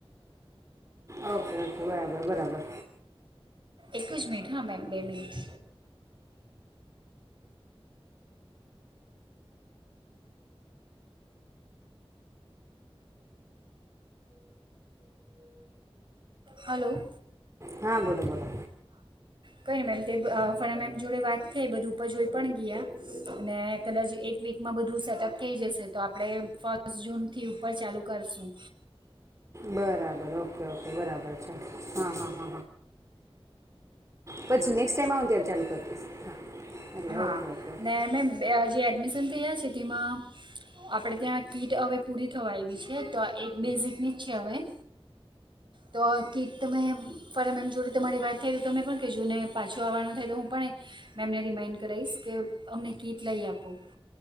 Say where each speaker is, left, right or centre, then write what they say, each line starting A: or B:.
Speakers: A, on the right; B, on the right.
A: ઓકે ઓકે. બરાબર બરાબર.
B: એક જ મિનિટ હા મેમ બે મિનિટ હલો.
A: હા બોલો બોલો.
B: કઈ નહિ મેમ તે અ ફના મેમ જોડે વાત થઈ, બધું ઉપર જોઈ પણ ગયા. અને કદાચ એક વીકમાં બધું સેટઅપ થઈ જશે. તો આપડે ફસ્ટ જૂન થી ઉપર ચાલુ કરશું.
A: બરાબર ઓકે ઓકે બરાબર છે. હ હ હ હ હ પછી નેક્સ્ટ ટાઈમ આવું ત્યારે ચાલુ કરી દઈશ. એટલે
B: હા
A: ઓકે ઓકે.
B: ને મેમ બે- જે એડમિશન થયા છે. તેમાં આપણે ત્યાં કીટ હવે પૂરી થવા આવી છે. તો આ એક બેઝિકની જ છે હવે. તો કીટ તમે ફરમ મેમ જોડે તમારી વાત થાય તો તમે પણ કહેજો ને પાછું આવવાનું થાય તો હું પણ મેમને રિમાઈન્ડ કરાવીશ, કે અમને કીટ લઈ આપું.